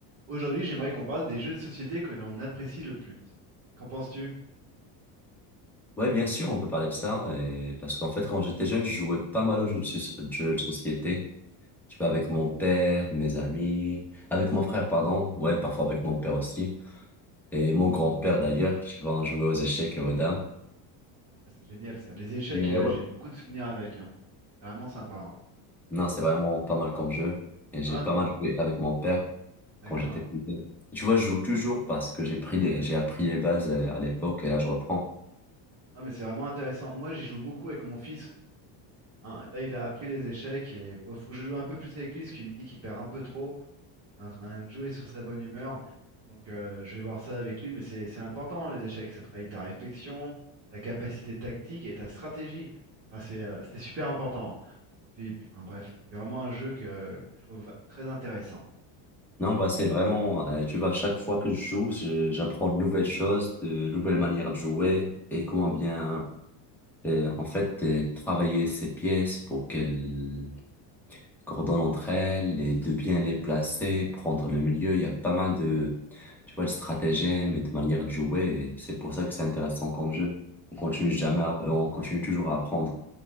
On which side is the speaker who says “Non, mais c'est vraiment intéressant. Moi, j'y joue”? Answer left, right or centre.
Right